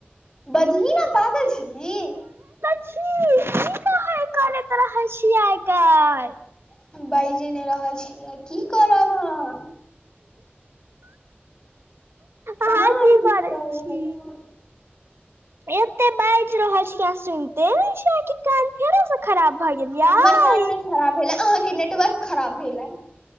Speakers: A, on the left (about 20°); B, on the right (about 75°).
A: बजही ना पागल छीही?
B: कि कह है कने त रह है छी आइ कल?
A: बाज नहि रहल छलियै की कर रहल अहाँ? कहाँ
B: अहाँ की
A: कर
B: करै
A: रहल
B: छी।
A: <unintelligible> छी
B: एते बाजि रहल छी अहां सुनिते नै छी?? फेरो से खराब भऽ गेल। यै।
A: हमर कान नहि खराब भेल ह, अहाँके नेटवर्क खराब भेल हे।